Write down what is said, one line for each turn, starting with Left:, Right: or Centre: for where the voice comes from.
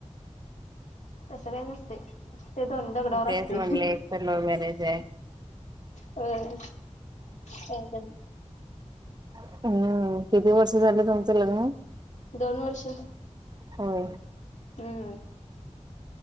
Left: तसं काय नसतंय ते ते दोन्ही दगडावर असते.
Right: तेच म्हणले एक तर लव्ह मॅरेज आहे.
Left: होय चालतंय
Right: हम्म किती वर्ष झालं तुमचं लग्न होऊन?
Left: दोन वर्ष.
Right: होय.
Left: हम्म